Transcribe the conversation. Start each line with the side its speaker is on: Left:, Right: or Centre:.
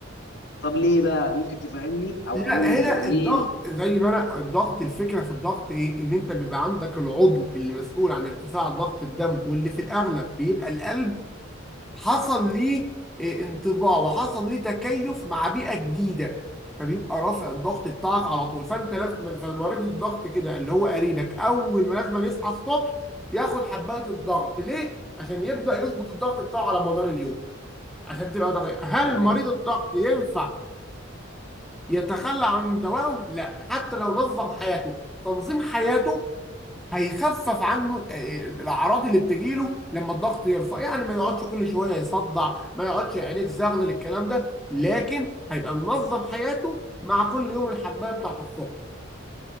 Left: طب ليه بقى ممكن تفهمني او
Centre: لا
Left: تقول لي
Centre: هنا الضغط
Left: ليه
Centre: زي ما انا الضغط الفكره في الضغط ايه ان انت بيبقى عندك العضو اللي مسؤول عن ارتفاع ضغط الدم واللي في الاغلب بيبقى القلب حصل ليه آه، انطباع وحصل ليه تكيف مع بيئة جديدة فبيبقى رافع الضغط بتاعك على طول فانت لازم فمريض الضغط كده اللي هو قريبك اول ما لازم يصحى الصبح ياخد حباية الضغط ليه؟ عشان يبدأ يظبط الضغط بتاعه على مدار اليوم عشان تبقى دقيقة هل
Left: تمام
Centre: مريض الضغط ينفع يتخلى عن دوائه؟ لا حتى لو نظم حياته تنظيم حياته هيخفف عنه ال- ال- الاعراض اللي بتجيله لما الضغط يرفع يعني ما يقعدش كل شويه يصدع ما يقعدش عينيه تزغلل الكلام ده لكن هيبقى منظم حياته مع كل يوم الحبايه بتاعته الصبح